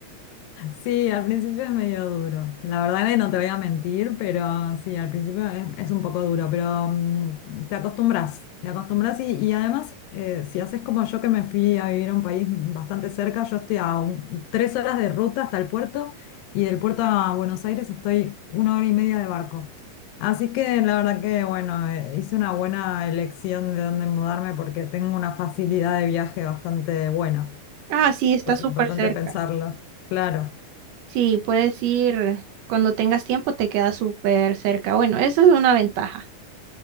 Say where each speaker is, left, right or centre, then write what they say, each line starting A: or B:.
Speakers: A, on the left (about 80°); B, on the right (about 75°).
A: Sí, al principio es medio duro. La verdad que no te voy a mentir, pero sí, al principio es, es un poco duro, pero mm, te acostumbras, te acostumbras y, y además, eh, si haces como yo que me fui a vivir a un país bastante cerca, yo estoy a un- tres horas de ruta hasta el puerto y del puerto a Buenos Aires estoy una hora y media de barco. Así que la verdad que, bueno, eh, hice una buena elección de dónde mudarme porque tengo una facilidad de viaje bastante buena.
B: Ah, sí, está
A: Es
B: súper
A: importante
B: cerca.
A: pensarlo, claro.
B: Sí, puedes ir cuando tengas tiempo, te queda súper cerca. Bueno, esa es una ventaja.